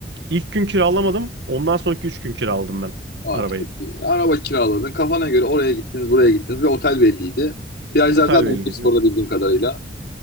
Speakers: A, on the right; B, on the left.
A: İlk gün kiralamadım. Ondan sonraki üç gün kiraladım ben
B: Aa,
A: arabayı.
B: çok iyi. Araba kiraladın. Kafana göre oraya gittiniz, buraya gittiniz. Bir otel belliydi. Plajlar
A: Otel
B: zaten
A: belliydi.
B: ücretsiz orada bildiğim kadarıyla.